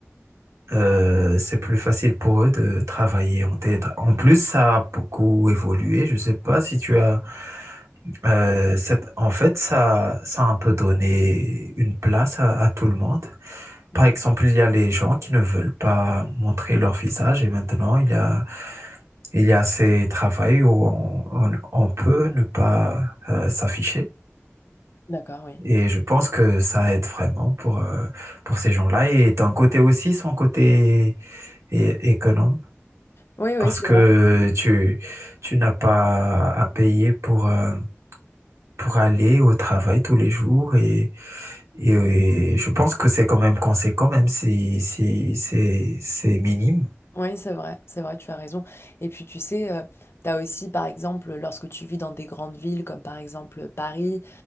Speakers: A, on the right (about 90°); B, on the left (about 55°).
A: euh, c'est plus facile pour eux de travailler en télétravail. En plus, ça a beaucoup évolué. Je sais pas si tu as, euh, cette- en fait, ça, ça a un peu donné une place à à tout le monde.
B: Mm.
A: Par exemple, il y a les gens qui ne veulent pas montrer leur visage et maintenant il y a, il y a ces travails où on, on- on peut ne pas euh, s'afficher.
B: D'accord, oui.
A: Et je pense que ça aide vraiment pour, euh, pour ces gens-là. Et d'un côté aussi, son côté é- économe,
B: Oui,
A: parce
B: oui, c'est
A: que
B: vrai.
A: tu, tu n'as pas à payer pour, euh, pour aller au travail tous les jours et, et, euh, je pense que c'est quand même conséquent, même si, si c'est c'est minime.
B: Oui, c'est vrai, c'est vrai, tu as raison. Et puis tu sais, euh, tu as aussi par exemple lorsque tu vis dans des grandes villes comme par exemple Paris,